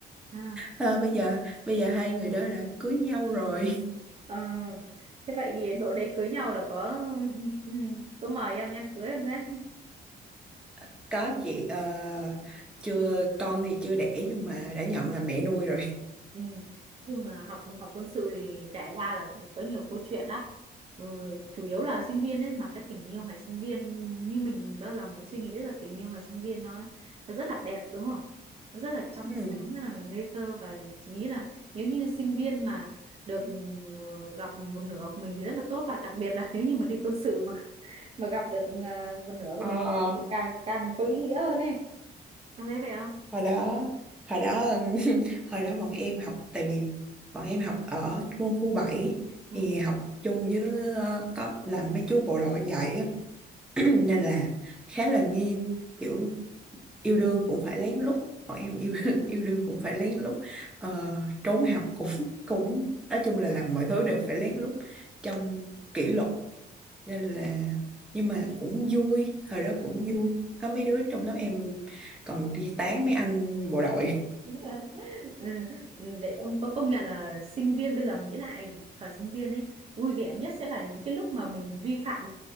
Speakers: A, on the right; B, in the centre.
A: ừ.
B: Ờ, bây giờ bây giờ hai người đó đã cưới nhau rồi
A: Ờ, thế vậy đội đấy cưới nhau là có <laughs> có mời em đi ăn cưới không đấy?
B: <laughs> có chị ờ, chưa con thì chưa đẻ nhưng mà đã nhận là mẹ nuôi rồi
A: Ừ. Nhưng mà học học quân sự thì kể ra là có nhiều câu chuyện lắm. Ừ, chủ yếu là sinh viên ấy mà cái tình yêu ngày sinh viên như mình mình bao giờ mình suy nghĩ là tình yêu ngày sinh viên nó, nó rất là đẹp đúng không? Nó rất là trong
B: <laughs> ừ.
A: sáng, rất là ngây thơ và chỉ nghĩ là nếu như sinh viên mà được ừ, gặp một nửa của mình thì rất là tốt và đặc biệt là <laughs> nếu như mà đi quân sự mà mà gặp được ờ, một nửa của
B: Ờ,
A: mình thì càng càng có ý nghĩa hơn ấy. Em thấy vậy không?
B: hồi đó hồi đó <laughs> hồi đó bọn em học tại vì bọn em học ở quân khu bảy
A: Ừ.
B: thì học chung với ờ, có làm mấy chú bộ đội dạy á Ừ, nên là khá là nghiêm kiểu yêu đương cũng phải lén lút bọn em yêu <laughs> yêu đương cũng phải lén lút ờ, trốn học cũng <laughs> cũng nói chung là làm mọi thứ đều phải lén lút trong kỷ luật nên là nhưng mà cũng vui thời đó cũng vui có mấy đứa trong lớp em còn đi tán mấy anh bộ đội <laughs>
A: <laughs> ừ, ừ, vậy ông có công nhận là sinh viên bây giờ nghĩ lại thời sinh viên ấy vui vẻ nhất sẽ là những cái lúc mà mình vi phạm